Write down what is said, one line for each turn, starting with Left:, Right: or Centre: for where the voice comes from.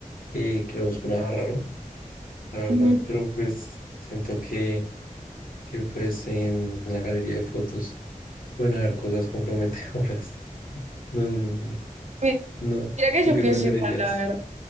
Left: que, que no busco nada raro, la verdad,
Right: Ujú.
Left: pero pues siento que, que pues en, en la galería de fotos pueden haber cosas comprometedoras. <laughs> No, no,
Right: Mi-
Left: no.
Right: Mira que
Left: ¿Tú
Right: yo
Left: qué
Right: pienso
Left: preferirías?
Right: igual,